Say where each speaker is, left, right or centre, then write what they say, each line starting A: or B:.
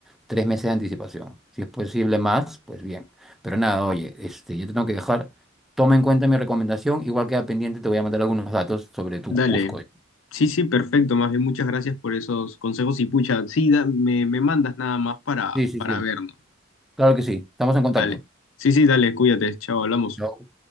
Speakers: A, in the centre; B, on the left.
A: tres meses de anticipación. Si es posible más, pues bien. Pero nada, oye, este, yo te tengo que dejar. Toma en cuenta mi recomendación. Igual queda pendiente, te voy a mandar algunos datos sobre tu
B: Dale.
A: Cusco. ¿eh?
B: Sí, sí, perfecto. Más bien, muchas gracias por esos consejos y pucha, sí, da- me, me mandas nada más para,
A: Sí, sí,
B: para
A: sí.
B: vernos.
A: Claro que sí. Estamos en contacto.
B: Dale. Sí, sí, dale, cuídate. Chao, hablamos.
A: Chao.